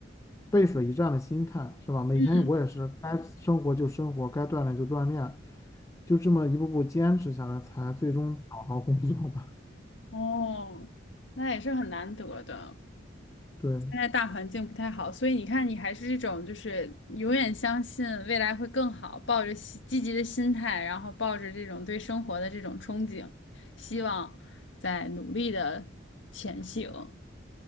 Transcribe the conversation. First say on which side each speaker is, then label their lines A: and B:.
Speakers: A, on the left; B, on the left.
A: 背水一战的心态，是吧？每天我也是该生活就生活，
B: 嗯，
A: 该锻炼就锻炼，就这么一步步坚持下来，才最终找到工作吧。
B: 哦，那也是很难得的。
A: <laughs> 对，
B: 现在大环境不太好，所以你看，你还是这种就是永远相信未来会更好，抱着希积极的心态，然后抱着这种对生活的这种憧憬，希望在努力的前行。